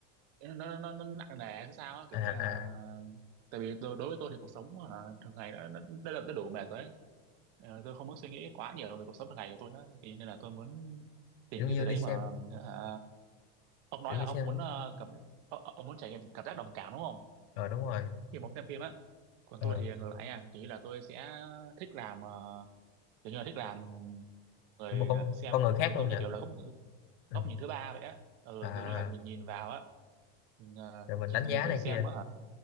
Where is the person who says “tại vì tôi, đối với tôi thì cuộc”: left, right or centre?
Right